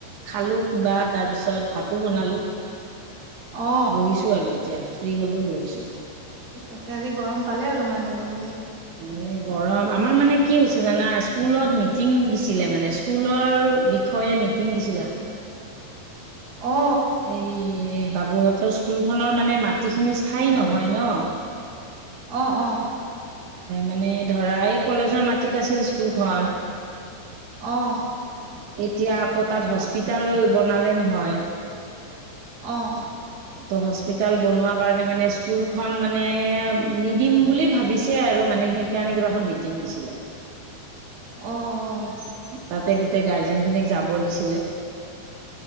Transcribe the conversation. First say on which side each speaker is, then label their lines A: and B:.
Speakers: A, on the right (about 85°); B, on the right (about 55°).
A: খালো কিবা। তাৰ পিছত ভাতো বনালোঁ।
B: অ
A: বহিছোঁ আৰু এতিয়া। ফ্ৰী হ'লো বহিছোঁ।
B: ঠিক আছে, আজি গৰম পালে অলমান তেনেহ'লে।
A: এ গৰম, আমাৰ মানে কি হৈছে জানা? স্কুলত মিটিং দিছিলে মানে কুলৰ বিখয়ে মিটিং দিছেলে এখন।
B: অ
A: এই বাবুহঁতৰ স্কু কুলখনৰ মানে মাটিখিনি স্থায়ী নহয় ন।
B: অ', অ'।
A: মানে ধৰা, এই কলেজৰ মাটিত আছিল স্কুলখন।
B: অঁ।
A: এতিয়া আকৌ তাত হস্পিটাল বনালে নহয়।
B: অ'।
A: <inaudible> ত' হস্পিতাল বনোৱা কাৰণে মানে স্কুল খন মানে নিদিম বুলি ভাবিছে আৰু মানে সেই কাৰণে কিবা এখন মিটিং দিছিলে।
B: অ', অ'।
A: তাতে গোটে গাৰ্জেন খিনিক যাব দিছিলে।